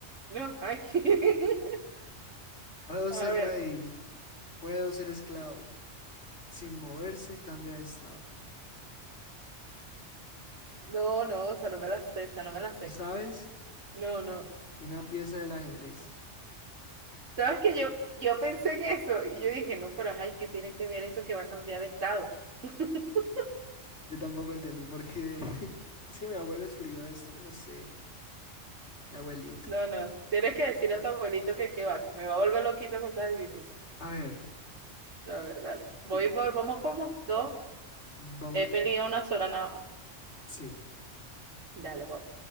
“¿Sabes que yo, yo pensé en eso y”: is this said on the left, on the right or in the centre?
Right